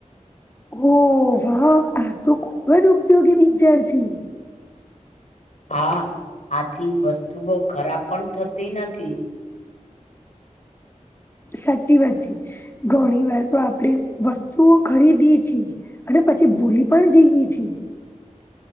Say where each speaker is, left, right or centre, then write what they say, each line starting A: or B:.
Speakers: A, on the left (about 15°); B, on the left (about 60°).
A: ઓ વાહ આ તો ખુબ જ ઉપયોગી વિચાર છે.
B: હા આથી વસ્તુઓ ખરાબ પણ થતી નથી.
A: સાચી વાત છે, ઘણી વાર તો આપડે વસ્તુઓ ખરીદીએ છીએ અને પછી ભૂલી પણ જઈએ છીએ.
B: <inaudible>